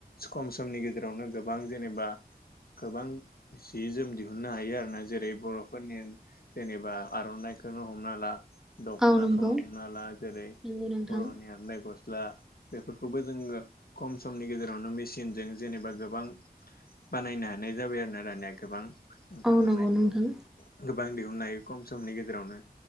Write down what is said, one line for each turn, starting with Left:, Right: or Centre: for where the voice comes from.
Left: खम समनि गेजेरावनो गोबां जेनेबा गोबां जि जोम दिहुननो हायो आरोना जेरै बरफोरनि जेनेबा आरनाइखौनो हमना ला दखनाखौनो
Centre: औ नंगौ
Left: हमना ह ला जेरै
Centre: नंगौ नोंथां
Left: बरनि आरनाय ग गस्ला बेफोरखौबो जोङो खम समनि गेजेरावनो मेसिनजों जेनेबा गोबां बानायनो हायो हानाय जाबाय आरो ना दानिया गोबां ओंखारनानै
Centre: ओ नंगौ नोंथां
Left: गोबां दिहुननो हायो खम समनि गेजेरावनो